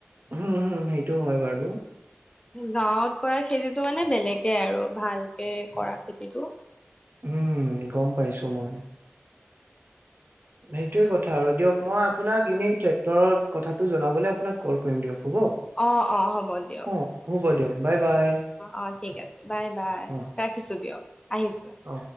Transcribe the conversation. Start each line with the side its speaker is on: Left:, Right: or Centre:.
Right: হুম হুম, সেইটোও হয় বাৰু।
Left: গাঁৱত কৰা খেতিটো মানে বেলেগে আৰু ভালকে কৰা খেতিটো।
Right: উম, গম পাইছোঁ মই। সেইটোৱে কথা আৰু দিয়ক মই আপোনাক এনেই ট্ৰেক্টৰৰ কথাটো জনাবলে আপোনাক কল কৰিম দিয়ক হ'ব।
Left: অ', অ' হ'ব দিয়ক।
Right: অ হ'ব দিয়ক বাই বাই
Left: অ' ঠিক আছে, বাই বাই।
Right: অ
Left: ৰাখিছোঁ দিয়ক, আহিছোঁ।
Right: অ